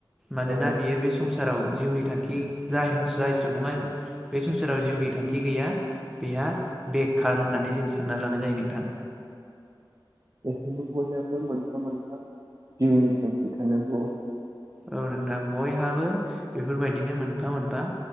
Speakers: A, in the centre; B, on the right (about 40°).
A: मानोना
B: औ
A: बियो बे संसाराव जिउनि थांखि जाय हा जाय सुबुङा बे संसाराव जिउनि थांखि गैया बेहा बेखार होननानै जों सानना लानाय जायो नों
B: <inaudible> बयानाबो मोनफा मोनफा जिउनि थांखि थानांगौ अथार
A: औ नोंथां बयहाबो बेफोरबायदिनो मोनफा मोनफा